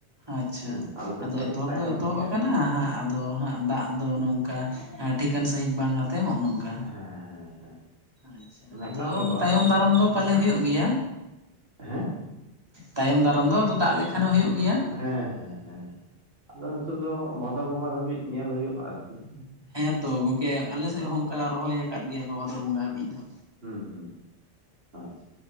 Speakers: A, on the right; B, on the right.
A: ᱟᱪᱪᱷᱟ
B: ᱦᱮᱸ ᱟᱞᱮ ᱥᱮᱫ
A: ᱟᱫᱚ
B: ᱠᱟᱹᱴᱤᱡ
A: ᱮᱛᱚᱦᱚᱵ
B: ᱛᱟᱭᱱᱚᱢ
A: ᱫᱚ ᱮᱛᱚᱦᱚᱵ
B: ᱜᱮᱭᱟ
A: ᱟᱠᱟᱱᱟ
B: ᱟᱨᱠᱤ
A: ᱦᱟᱸᱜ ᱟᱫᱚ ᱦᱟᱸᱜ ᱫᱟᱜ ᱫᱚ ᱱᱚᱝᱠᱟ ᱴᱷᱤᱠᱟᱹᱱ ᱥᱟᱺᱦᱤᱡ ᱵᱟᱝ ᱟᱛᱮ ᱦᱚᱸᱜ-ᱚ ᱱᱚᱝᱠᱟ᱾
B: ᱦᱮᱸ ᱦᱮᱸ ᱦᱮᱸ᱾
A: ᱟᱪᱪᱷᱟ᱾ᱸᱟᱫᱚᱵ
B: ᱢᱟᱱᱮ ᱮᱠᱟᱞ ᱜᱮ ᱵᱟᱝ
A: ᱛᱟᱭᱚᱢ ᱫᱟᱨᱟᱢ ᱫᱚ ᱯᱟᱞᱮ ᱦᱩᱭᱩᱜ ᱜᱮᱭᱟ!
B: ᱦᱮᱸ᱾
A: ᱛᱟᱭᱚᱢ ᱫᱟᱨᱟᱢ ᱫᱚ ᱟᱫᱚ ᱫᱟᱜ ᱞᱮᱠᱷᱟᱱᱮ ᱦᱳᱭᱳᱜ ᱜᱮᱭᱟ ᱾
B: ᱦᱮᱸ ᱦᱮᱸ ᱦᱮᱸ ᱟᱫᱚ ᱱᱤᱛᱚᱜ ᱫᱚ ᱵᱷᱟᱫᱚᱨ ᱵᱚᱸᱜᱟ ᱫᱷᱟᱹᱵᱤᱡ ᱧᱮᱞ ᱦᱳᱭᱳᱜᱼᱟ ᱟᱨᱠᱤ ᱾
A: ᱦᱮᱸ ᱛᱚ ᱜᱚᱝᱠᱮ ᱟᱞᱮ ᱥᱮᱜ ᱦᱚᱸ ᱚᱝᱠᱟ ᱨᱚᱦᱚᱭ ᱟᱠᱟᱫ ᱜᱮᱭᱟ ᱠᱚ ᱵᱷᱟᱫᱚᱨ ᱵᱚᱸᱜᱟ ᱦᱟᱹᱵᱤᱡ ᱫᱚ ᱾
B: ᱦᱩᱸ ᱦᱩᱸ ᱟᱪᱪᱷᱟ